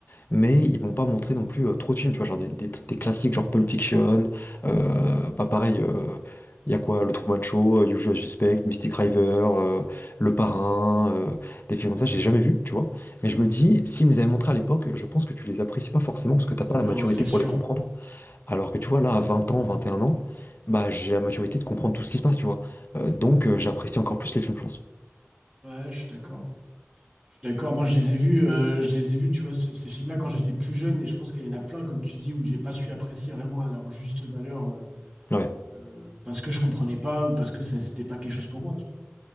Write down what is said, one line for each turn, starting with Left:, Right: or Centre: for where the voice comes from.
Left: mais ils vont pas montrer non plus euh, trop de films, tu vois, genre des, des- des classiques genre Pulp Fiction, euh, bah pareil, il y a quoi, Le Truman Show, euh, Usual Suspect, Mystic River, euh, Le Parrain, euh, des films comme ça, j'ai jamais vu, tu vois, mais je me dis, s'ils me les avaient montrés à l'époque, je pense que tu les apprécies pas forcément parce que t'as
Right: Mm.
Left: pas la
Right: Non,
Left: maturité
Right: c'est
Left: pour
Right: sûr.
Left: les comprendre, alors que tu vois, là, à 20 ans, 21 ans, bah j'ai la maturité de comprendre tout ce qui se passe, tu vois, Euh, donc euh, j'apprécie encore plus les films, je pense.
Right: Ouais, je suis d'accord. Je suis d'accord. Moi, je les ai vus, euh, je les ai vus, tu vois, ce- ces films-là quand j'étais plus jeune, et je pense qu'il y en a plein, comme tu dis, où j'ai pas su apprécier vraiment à leur juste valeur euh,
Left: Ouais.
Right: euh, parce que je comprenais pas ou parce que ça, c'était pas quelque chose pour moi. tu